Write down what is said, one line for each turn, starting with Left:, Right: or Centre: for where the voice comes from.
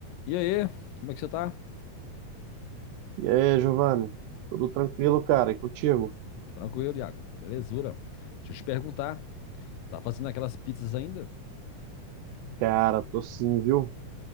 Left: E aí, como é que você tá?
Right: E aí, Giovanni? Tudo tranquilo, cara? E contigo?
Left: Tranquilo, Iago. Belezura. Deixa eu te perguntar, tá fazendo aquelas pizzas ainda?
Right: Cara, tô sim, viu?